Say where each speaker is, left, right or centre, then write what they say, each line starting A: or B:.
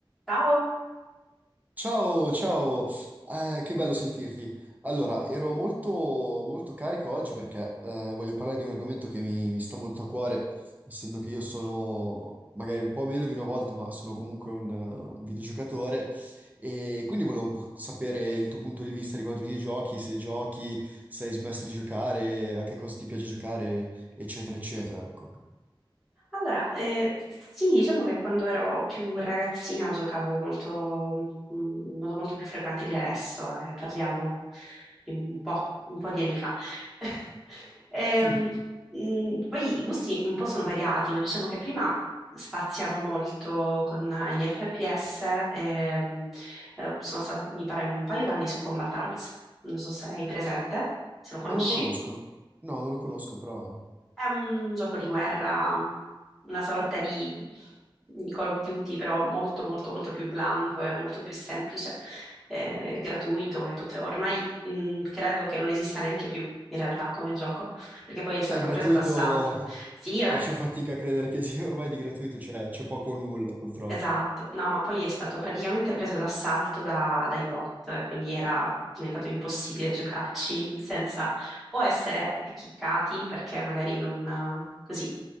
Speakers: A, in the centre; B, on the right (about 20°).
A: Ciao!
B: Ciao, ciao, Eh, che bello sentirti. Allora, ero molto, molto carico oggi perché eh, voglio parlare di un argomento che mi, mi sta molto a cuore, essendo che io sono magari un po' meno di una volta, ma sono comunque un, eh, un videogiocatore e quindi volevo un po' sapere il tuo punto di vista riguardo ai videogiochi, se giochi, se hai smesso di giocare, a che cosa ti piace giocare, eccetera, eccetera, ecco.
A: Allora, eh, sì, diciamo che quando ero più ragazzina giocavo molto, mm, in modo molto più frequente di adesso, eh, parliamo di un po', un po' di anni fa. <laughs> Ehm,
B: <laughs>
A: mm, poi i gusti un po' sono variati, ma diciamo che prima spaziavo molto con eh, gli FPS, ehm, eh, sono stata, mi pare, un paio d'anni su Combat Arms, non so se hai presente, se lo conosci.
B: Non lo conosco. No, non lo conosco, però...
A: È un gioco di guerra, una sorta di Call of Duty, però molto, molto, molto più blando e molto più semplice, eh, gratuito e tutto. Ormai, mh, credo che non esista neanche più in realtà come gioco, perché poi è stato
B: Sai, gratuito
A: preso d'assalto. Sì, eh.
B: faccio fatica a credere che sia <laughs> ormai di gratuito c'è c'è poco o nulla, purtroppo.
A: Esatto, no, ma poi è stato praticamente preso d'assalto da- dai bot, quindi era diventato impossibile giocarci senza o essere chiccati perché magari non così